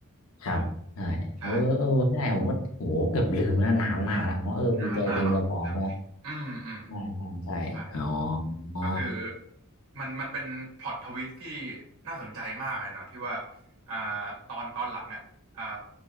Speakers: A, on the left; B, on the right.
A: ครับใช่เออเออใช่ผมก็โหเกือบลืมนะนานมากแล้วอ๋อเออมีตัวจริงตัวปลอมเลย
B: อ่ะใช่นานนานมากเนาะเรื่องนี้อืมอืม
A: ใช่ใช่ใช่อ๋อ
B: ใช่
A: อ๋
B: ก็คือมันมันเป็นพล็อตทวิสที่น่าสนใจมากเลยเนาะที่ว่าอ่าตอนตอนหลังอ่ะอ่า